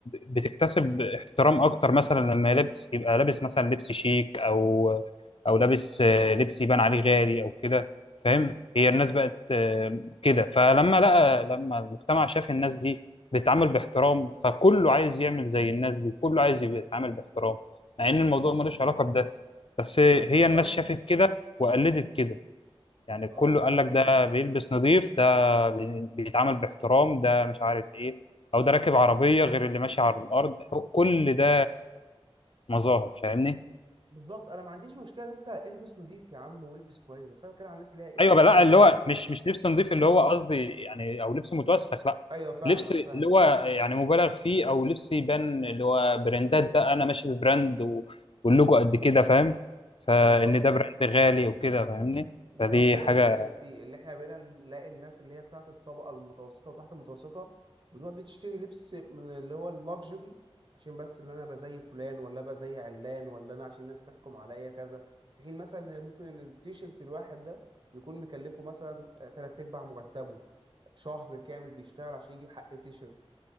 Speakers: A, on the left; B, on the right.
A: بتكتسب احترام اكتر مثلا لما يلبس يبقى لابس مثلا لبس شيك او او لابس آه، لبس يبان عليه غالي او كده فاهم هي الناس بقت آه، كده فلما لقى لما المجتمع شاف الناس دي بتتعامل باحترام فكله عايز يعمل زي الناس دي كله عايز يبقى يتعامل باحترام مع ان الموضوع ملوش علاقة بده بس هي
B: بالظبط
A: الناس شافت كده وقلدت كده يعني كله
B: اه يعني
A: قال لك ده بيلبس نظيف ده بي- بيتعامل باحترام ده مش عارف ايه او ده راكب عربية غير اللي ماشي على الارض هو كل ده مظاهر فاهمني
B: بالظبط انا ما عنديش مشكله ان انت البس نظيف يا عم والبس كويس بس انا بتكلم على الناس اللي هي ايه
A: ايوه بقى
B: يعني
A: لا
B: مثلا
A: اللي هو مش مش لبس نظيف اللي هو قصدي يعني او لبس متوسخ لا
B: ايوه فاهمك
A: لبس اللي
B: فاهم
A: هو يعني مبالغ فيه او لبس يبان اللي هو براندات بقى انا ماشي ببراند و... واللوجو قد كده فاهم فان
B: بالظبط
A: ده براند غالي وكده فاهمني
B: بالظبط
A: فدي
B: ده
A: حاجة
B: اللي بتكلم فيه اللي احنا بقينا نلاقي الناس اللي هي بتاعت الطبقه المتوسطه وتحت المتوسطه بتروح بتشتري لبس من اللي هو اللوكسجري عشان بس اللي انا ابقى زي فلان ولا ابقى زي علان ولا انا عشان الناس تحكم عليا كذا في حين مثلا إن ممكن ان التيشيرت الواحد ده يكون مكلفه مثلا آه، تلات ارباع مرتبه شهر كامل بيشتغل عشان يجيب حق تيشيرت